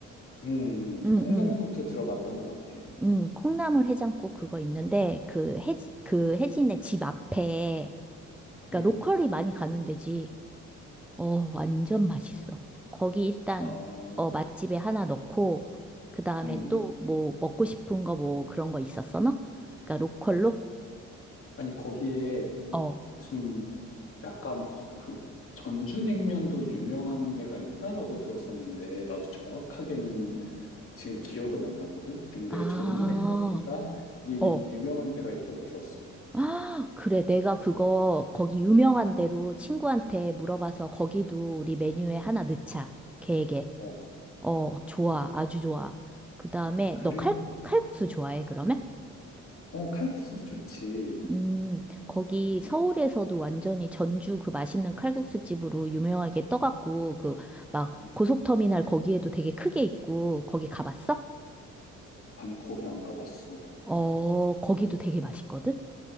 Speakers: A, on the left; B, in the centre.
A: 음,
B: 응,
A: 음. 콩나물국도
B: 응.
A: 들어봤던 것 같아.
B: 응, 콩나물 해장국 그거 있는데, 그 해지, 그 해진의 집 앞에, 그니까
A: 음,
B: 로컬이 많이 가는 데지. 어, 완전 맛있어. 거기 일단,
A: 아, 음,
B: 어, 맛집에 하나 넣고, 그 다음에
A: 음.
B: 또 뭐 먹고 싶은 거 뭐 그런 거 있었어, 너? 그러니까 로컬로?
A: 아니, 거기에
B: 어,
A: 무슨 약간, 어, 그, 전주냉면도 유명한 데가 있다라고 들었었는데, 나도 정확하게는 지금 기억은 안 나거든? 근데
B: 아,
A: 전주냉면인가? 이
B: 어.
A: 유명한 데가 있다고 들었어.
B: 아, 그래. 내가 그거 거기 유명한 대로 친구한테 물어봐서 거기도 우리 메뉴에 하나 넣자. 계획에.
A: 어,
B: 어, 좋아.
A: 그,
B: 아주 좋아. 그 다음에
A: 그리고,
B: 너 칼, 칼국수
A: 음.
B: 좋아해, 그러면?
A: 어, 칼국수도 좋지.
B: 음, 거기
A: 음,
B: 서울에서도 완전히 전주 그 맛있는 칼국수 집으로 유명하게 떠갖고, 그, 막,
A: 음.
B: 고속터미널 거기에도 되게 크게 있고, 거기 가봤어?
A: 아니, 거기 안 가봤어.
B: 어, 거기도 되게 맛있거든?